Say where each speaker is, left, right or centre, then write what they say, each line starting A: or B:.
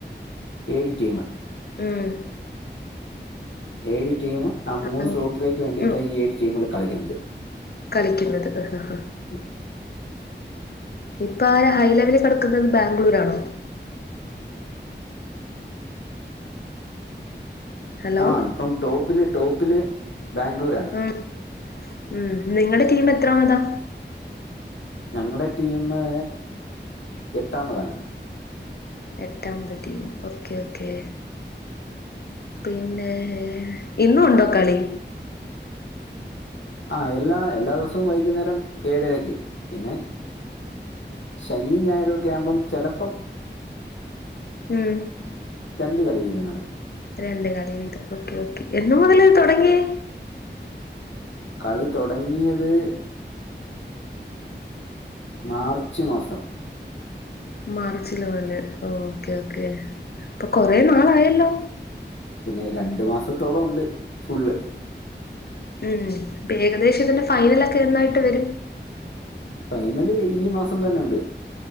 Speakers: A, on the left; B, on the left.
A: ഏഴ് ടീമ്
B: ഉം
A: ഏഴ് ടീമും ആ മൂന്ന്
B: ആഹ്
A: സ്ലോട്ടിലേക്ക് വേണ്ടിട്ടാ
B: ഉം
A: ഈ ഏഴ് ടീമുകള് കളിക്കുന്നത്
B: കളിക്കുന്നത് ഹ് ഹ്
A: ഉം.
B: ഇപ്പൊ ആര ഹൈ ലെവല് കെടക്കുന്നത് ബാംഗ്ലൂരാ ആണോ ഹലോ
A: ആ ഇപ്പം ടോപ്പില് ടോപ്പില് ബാംഗ്ലൂരാണ്
B: ഉം ഉം നിങ്ങടെ ടീമ് എത്രാമതാ
A: ഞങ്ങടെ ടീമ് എട്ടാമതാണ്
B: എട്ടാമത്തെ ടീം ഓക്കേ ഓക്കേ പിന്നെ ഇന്നു ഉണ്ടോ കളി
A: ആ എല്ലാ എല്ലാ ദിസോം വൈകുന്നേരം ഏഴരക്ക് പിന്നെ ശനിം ഞായറും ഒക്കെ ആകുമ്പം ചിലപ്പം
B: ഉം
A: രണ്ട് കളി വീതം കാണും
B: രണ്ട് കളി വീതം ഓക്കെ ഓക്കേ എന്ന് മുതൽ
A: ഉം.
B: തുടങ്ങിയേ
A: കളി തൊടങ്ങിയത് മാർച്ച് മാസം
B: മാർച്ചിലോലെ ഓക്കേ ഓക്കേ ഇപ്പൊ കൊറെ നാളായല്ലോ
A: പിന്നെ രണ്ടു മാസത്തോളം ഉണ്ട് ഫുള്ള്
B: മ്മ് ഏകദേശം ഇതിന്റെ ഫൈനലൊക്കെ എന്നായിട്ട് വരും
A: ഫൈനല് ഈ മാസം തന്നെ ഉണ്ട്